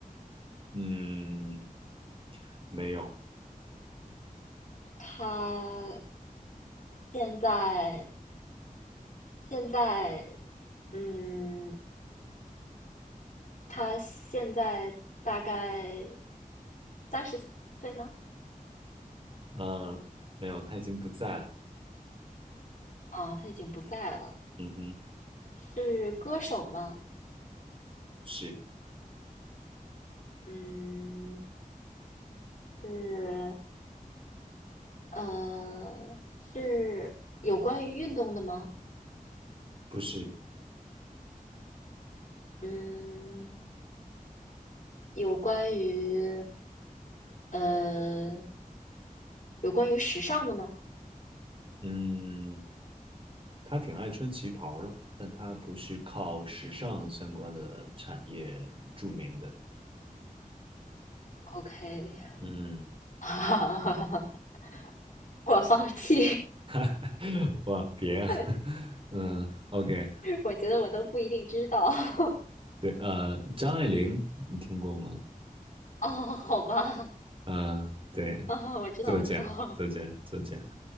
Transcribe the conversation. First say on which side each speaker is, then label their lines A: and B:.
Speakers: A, on the right; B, on the left.
A: 嗯，没有，
B: 他现在现在，嗯，他现在大概三十岁吗？
A: 呃，没有，他已经不在了。
B: 啊，他已经不在了。
A: 嗯哼，
B: 是歌手吗？
A: 不是，
B: 嗯，是，呃，是有关于运动的吗？
A: 不是，
B: 嗯，有关于，呃，有关于时尚的吗
A: 嗯，他挺爱穿旗袍儿的，但他不是靠时尚相关的产业著名的。
B: ？OK，
A: 嗯，
B: <laughs> 我放弃。
A: <laughs> 哇，别啊，
B: <laughs>
A: <laughs> 嗯，OK，
B: 我觉得我都不一定知道。<laughs>
A: 对，呃，张爱玲，你听过吗？
B: 哦，好吧，
A: 嗯，对，
B: 啊、我知道，
A: 作家，
B: 我知道，
A: 作家，作家，